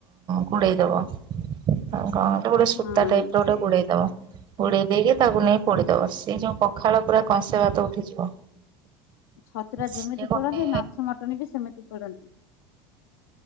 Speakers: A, on the right (about 40°); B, on the left (about 85°).
A: ଘୋଡେଇ ଦବ। ଆଉକଣ ଗୋଟେ ସୂତା
B: ହଁ
A: ଟାଇପ ର ଗୋଟେ ଗୁଡେଇ ଦବ। ଗୁଡ଼େଇ ଦେଇକି ତାକୁ ନେଇ ପୋଡିଦବ ସେଇ ଯୋଉ ପଖାଳ ପୁରା କଂସେ ଭାତ ଉଠିଯିବ।
B: ଛତୁରା ଯେମିତି
A: ସିଏ ଗୋଟେ
B: ପୋଡ଼ନ୍ତି ମାଛ ମଟନ ବି ସେମିତି ପୋଡନ୍ତି।